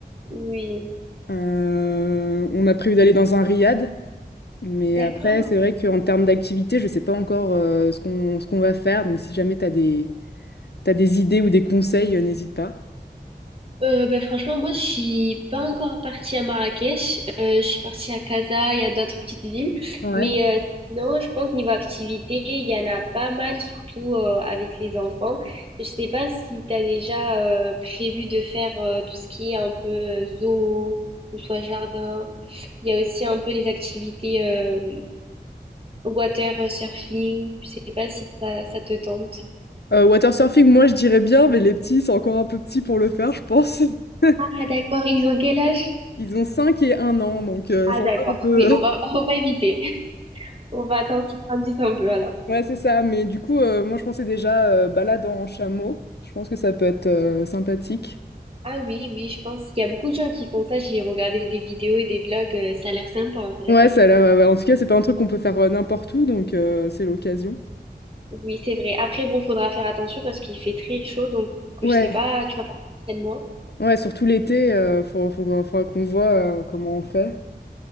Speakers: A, on the right; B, on the left.
A: Oui,
B: Euh, on a prévu d'aller dans un riad. Mais
A: d'accord.
B: après, c'est vrai qu'en termes d'activité, je ne sais pas encore euh, ce qu'on ce qu'on va faire. Donc, si jamais tu as des, t'as des idées ou des conseils, euh, n'hésite pas.
A: Euh, ben franchement, moi, je suis pas encore partie à Marrakech. Euh, je suis partie à Casa, il y a d'autres petites villes.
B: Ouais.
A: Mais euh, sinon, je pense niveau activité, il y en a pas mal, surtout euh, avec les enfants. Je sais pas si tu as déjà euh, prévu de faire euh, tout ce qui est un peu euh, zoo ou soit jardin. Il y a aussi un peu les activités euh, water surfing. Je sais pas si ça, ça te tente.
B: Euh, watersurfing, moi, je dirais bien, mais les petits sont encore un peu petits pour le faire, je pense. <laughs>
A: Ah d'accord, ils ont quel âge?
B: Ils ont 5 et un an, donc euh,
A: Ah
B: c'est
A: d'accord,
B: encore un peu...
A: oui, on va, <laughs> on va éviter. On va attendre qu'ils grandissent un peu alors.
B: <laughs> Ouais, c'est ça. Mais du coup, euh, moi, je pensais déjà euh, balade en chameau. Je pense que ça peut être euh, sympathique.
A: Ah oui, oui, je pense qu'il y a beaucoup de gens qui font ça. J'ai regardé des vidéos et des vlogs, euh, ça a l'air sympa en vrai.
B: Ouais, ça a l'air... ouais, ouais. en tout cas, c'est pas un truc qu'on peut faire euh, n'importe où, donc euh, c'est l'occasion.
A: Oui, c'est vrai. Après, bon, faudra faire attention parce qu'il fait très chaud, donc
B: Ouais.
A: je sais pas, tu vas pas quel mois.
B: Ouais, surtout l'été, il faut, faut, qu'on faudra qu'on voit euh, comment on fait.